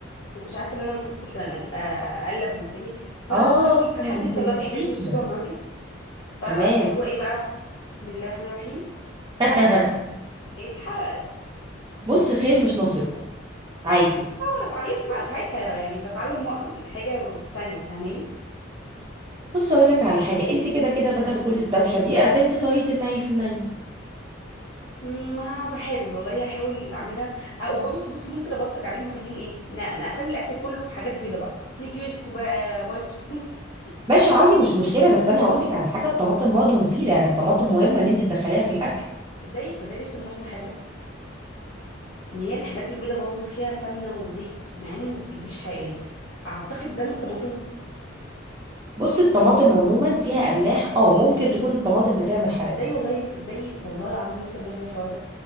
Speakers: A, on the left (about 75°); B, on the right (about 25°).
A: ما كنتش عارفه ان انا المفروض كنت أن- أ- اقلب وانتبه فكان
B: اه
A: كان حد
B: انت
A: بيطلع
B: نسيتيها
A: لي حاجات من السوبر ماركت فاللي
B: تمام
A: هو ايه بقى بسم الله الرحمن الرحيم
B: <laughs>
A: اتحرق اتحرق
B: بصي خير مش ناصبكم عادي
A: اتعلمت بقى ساعتها يعني بتعلم و- حاجة تانية فاهماني
B: بص اقول لك على حاجه انت كده كده بدل كل الدوشه دي اعتمدي طريقه الني في الني
A: ما بحاول والله هحاول اعملها او بص بصي ممكن ابلطج عليهم واخليهم ايه ن- انا اخلي الاكل كله حاجات بيضه بقى نجريسكو بقى وايت صوص
B: ماشي عادي مش مشكله بس انا هقول لك على حاجه الطماطم برضه مفيده يعني الطماطم مهمه ان انت تدخليها في الاكل
A: تصدقي تصدقي لسه ملاحظه حاجه ان هي الحاجات البيضه برضه فيها سمنه وزيت مع ان ما بتجيبليش حقن اعتقد ده من الطماطم
B: بصي الطماطم عموما فيها املاح اه ممكن تكون الطماطم بتعمل حرقان
A: تصدقي والله تصدقي والله العظيم لسه ملاحظه الحوار ده